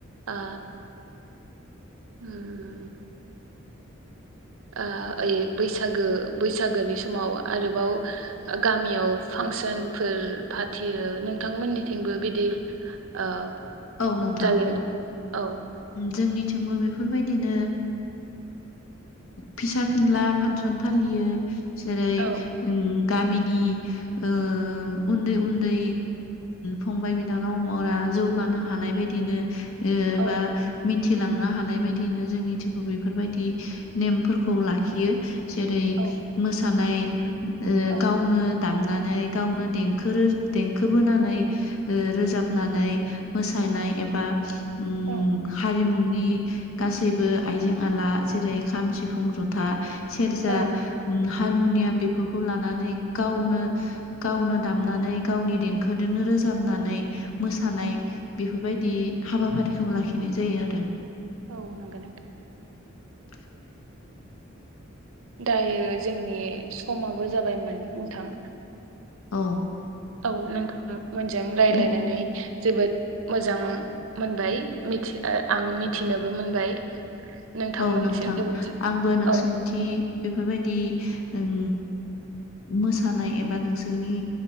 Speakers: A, on the right; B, on the left.
A: ओ उ ओ ओइ बैसागो - बैसागोनि समाव आरोबाव गामियाव फां फांसन फोर फाथियो नोंथांमोननिथिंबो बिदि ओ
B: औ नोंथां
A: जायो
B: औ
A: औ
B: जोंनि थिंबो बेफोरबायदिनो फिसा फिनला फांसन फालियो जेरै
A: औ
B: गामिनि ओ उन्दै - उन्दै फंबाय - बिनानाव मावा जौ हानाय बायदिनो ओबा
A: औ
B: मिथि लांनो हानाय बायदियैनो जोंनि थेवबो बेफोरबायदि नेमफोरखौ लाखियो जेरै
A: औ
B: मोसानाय
A: औ
B: गावनो दामनानै गावनो देंखो रो देंखो बोनानै ओ रोजाबनानै मोसानाय एबा उम
A: औ
B: हारिमुनि नि गासैबो आइजें -आला जेरै खाम, सिफुं, जथा सेरजा
A: औ
B: हारमुनियाम बे बेफोरखौ लानानै गावनो -गावनो दामनानै गावनि देंखोजोंनो रोजाबनानै मोसानाय बेफोरबायदि हाबाफारिखौ लाखिनाय जायो आरो
A: औ नंगौ नोंथां
B: <unintelligible>
A: दायो जोंनि समाबो जाबायमोन नोंथां
B: औ
A: औ नोंथां मोनजों राय्लायनानै
B: नो
A: जोबोद मोजां मोनबाय आं मिथिनोबो मोनबाय नोंथांमोननिसिम
B: औ नोंथां
A: जोबोद
B: आंबो नोंसोरनिथि
A: औ
B: बेफोरबायदि ओं मोसानाय एबा नोंसोरनि